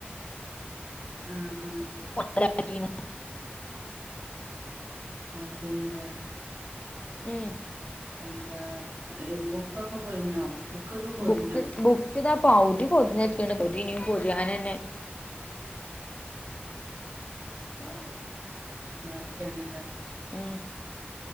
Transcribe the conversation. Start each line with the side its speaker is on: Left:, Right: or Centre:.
Right: ആആ
Left: ന <unintelligible>
Right: ആക്കീന് ലെ.
Left: ഉം.
Right: എന്താ ബുക്കൊക്കെ പോയിഞ്ഞോ ബുക്കൊക്കെ പോതിഞ്ഞോ
Left: ബുക്ക് ബുക്ക് ഇതാ പൗതിപൊതിഞ്ഞക്ക് ണ് പൊതി ഇനിയും പൊതി യാനെ നെ ആ
Right: ബാക്കിയാണല്ലോ.
Left: മ്